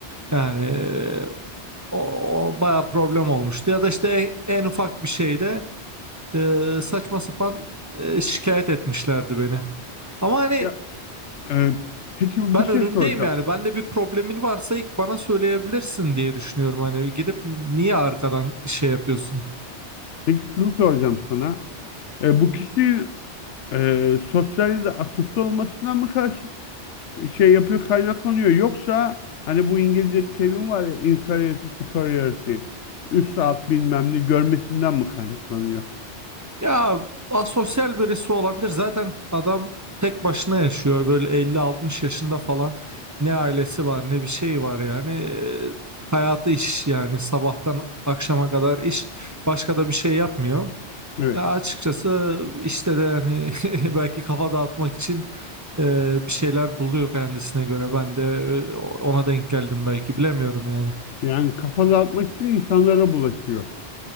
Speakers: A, on the right; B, on the left.
A: yani e, o, o bayağı problem olmuştu ya da işte en, en ufak bir şeyde e, saçma sapan e, şikayet etmişlerdi beni. Ama hani
B: Ya e, peki
A: ben
B: bir şey
A: önündeyim
B: soracağım.
A: yani. Ben de bir problemin varsa ilk bana söyleyebilirsin diye düşünüyorum. Hani gidip niye arkadan şey yapıyorsun?
B: Peki şunu soracağım sana. E, bu kişi e, sosyal de asosyal olmasından mı karşı e, şey yapıyor kaynaklanıyor yoksa hani bu İngilizce terim var ya inferiority superiority üst alt bilmem ne görmesinden mi kaynaklanıyor?
A: Ya asosyal birisi olabilir. Zaten adam tek başına yaşıyor. Böyle elli altmış yaşında falan. Ne ailesi var ne bir şey var yani. Ee, hayatı iş yani sabahtan akşama kadar iş. Başka da bir şey yapmıyor.
B: Evet.
A: Ya açıkçası işte de hani <laughs> belki kafa dağıtmak için e, bir şeyler buluyor kendisine göre. Ben de e, ona denk geldim belki bilemiyorum yani.
B: Yani kafa dağıtmak için insanlara bulaşıyor.